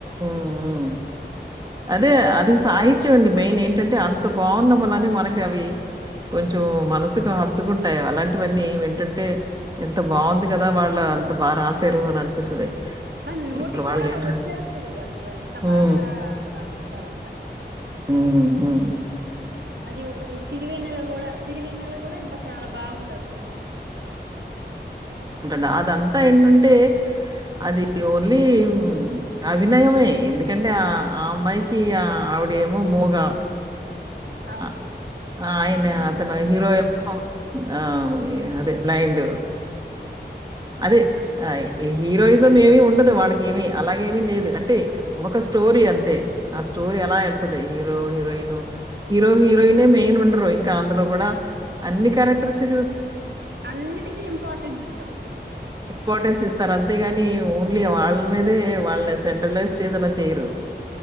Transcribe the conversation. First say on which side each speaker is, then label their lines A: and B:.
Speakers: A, on the right; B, on the right.
A: ఉమ్ ఊ అదే అది సాహిత్చం అండి మెయిన్ ఏంటంటే అంత బాగున్న <unintelligible> మనకి అవి కొంచు మనసుకు హత్తుకుంటాయి అలాంటివన్నీ వింటుంటే ఎంత బాగుంది కదా వాళ్ళ ఎంత బా రాసారు అని అనిపిస్తది
B: మన్ నోటికుడా
A: ఇప్పుడు వాళ్ళేంట
B: అలా వచ్చేస్తది అసలు ఎంత
A: హ్మ్.
B: బాగా రాస్తారు అట్ల
A: ఉఊ
B: అది ఒకటి సిరివెన్నెల గూడ సిరివెన్నెల గూడ ఇంత చాల బాగుంటది సినిమా
A: నాదంతా ఇంటుంటే అది ఓన్లీ అవినయమే ఎందుకంటే ఆ ఆ అమ్మాయికి ఆ అవడేమో మూగా
B: అవును
A: అ
B: ఈయనకేమో
A: ఆయిన అతన
B: బ్లైండ్
A: హీరో ఏమో ఆ ఇ అదె బ్లైండ్ అదె అయి హీరోయిజం ఏమి ఉండదు వాళ్ళకి ఏమి అలాగేమి లేదు అంటే ఒక స్టోరీ అంతే ఆ స్టోరీ ఎలా ఎళ్తది హీరో హీరోయిను హీరో హీరోయినే మెయిన్ ఉండరు ఇంకా అందులో గూడా అన్ని క్యారెక్టర్సులు
B: అన్నిటికిీ ఇంపార్టెన్స్ ఉంటాది
A: ఇంపార్టెన్స్ ఇస్తారు అంతేగాని ఓన్లీ వాళ్ళ మీదే వాల్ని సెంట్రలైజ్ చేసేలా చేయరు